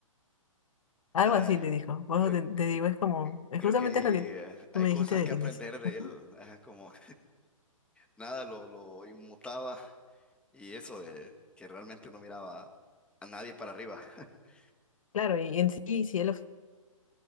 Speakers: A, on the left (about 70°); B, in the centre.
A: Algo
B: Ay,
A: así le dijo. Por
B: eh,
A: eso te, te
B: eh,
A: digo, es como, es
B: creo
A: justamente
B: que
A: lo que
B: eh,
A: tú
B: hay
A: me
B: cosas
A: dijiste del
B: que aprender
A: inicio.
B: de
A: Ujú.
B: él, ajá, como... nada lo, lo inmutaba y eso de que realmente no miraba a nadie para arriba. <laughs>
A: Claro, y en sí, si él, of-